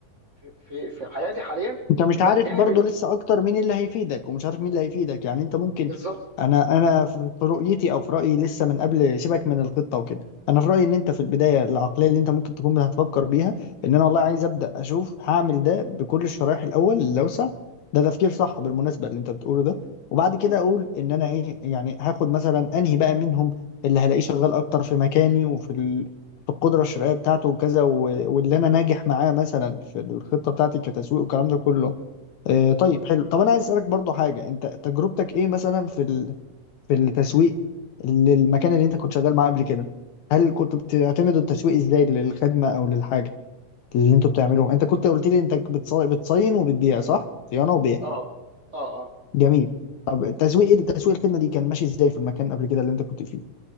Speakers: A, on the right (about 45°); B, on the left (about 70°).
A: في في, في حياتي حاليا
B: انت مش
A: لا
B: عارف
A: جانب
B: برضه
A: ال-
B: لسه اكتر مين اللي هيفيدك ومش عارف مين اللي هيفيدك يعني انت ممكن
A: بالظبط
B: انا انا في في رؤيتي او في رايي لسه من قبل سيبك من الخطه وكده انا في رايي ان انت في البدايه العقليه اللي انت ممكن تكون هتفكر بيها ان انا والله عايز ابدا اشوف هعمل ده بكل الشرايح الاول اللي اوسع ده تفكير صح بالمناسبه اللي انت بتقوله ده وبعد
A: مم.
B: كده اقول ان انا ايه يعني هاخد مثلا انهي بقى منهم اللي هلاقيه شغال اكتر في مكاني وفي ال... في القدره الشرائيه بتاعته وكذا و... واللي انا ناجح معاه مثلا في الخطه بتاعتي كتسويق والكلام ده كله آه، طيب حلو طب انا عايز اسالك برضو حاجه انت تجربتك ايه مثلا في ال... في التسويق للمكان اللي انت كنت شغال معاه قبل كده هل كنت بتعتمد التسويق ازاي للخدمه او للحاجه اللي انتوا بتعملوه انت كنت قلت لي انت بتص... بتصين وبتبيع صح صيانه وبيع
A: اه اه اه
B: جميل طب التسويق التسويق الخدمه دي كان ماشي ازاي في المكان قبل كده اللي انت كنت فيه